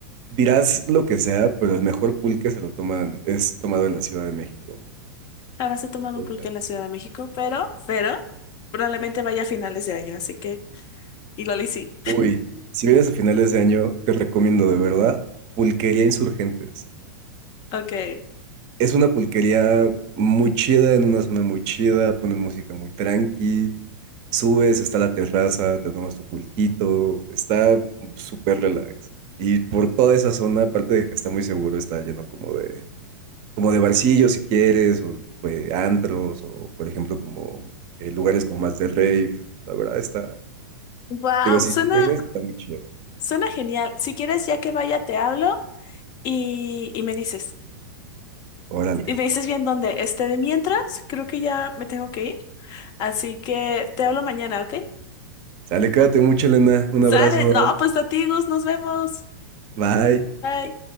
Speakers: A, on the right; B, on the left.
A: Dirás lo que sea, pero el mejor pulque se lo toman, es tomado en la Ciudad de México.
B: Jamás he tomado
A: O
B: un pulque
A: sea,
B: en la Ciudad de México, pero, pero probablemente vaya a finales de año, así que igual y sí.
A: uy, si vienes a finales de año, te recomiendo de verdad Pulquería Insurgentes.
B: Ok.
A: Es una pulquería muy chida, en una zona muy chida, ponen música muy tranqui, subes, está la terraza, te tomas tu pulquito, está súper relax. Y por toda esa zona, aparte de que está muy seguro, está lleno como de como de barcillo si quieres, o eh, antros, o por ejemplo como eh, lugares como más de rave, la verdad está,
B: Wow,
A: digo, si
B: suena,
A: sí vienes, está muy chido.
B: suena genial. Si quieres, ya que vaya, te hablo y, y me dices.
A: Órale,
B: Y me dices bien dónde. Este, de mientras, creo que ya me tengo que ir. Así que te hablo mañana, ¿ok?
A: sale, cuídate mucho, Elena, un
B: Sale.
A: abrazo,
B: No, pues a ti, Gus, nos vemos.
A: bye.
B: Bye.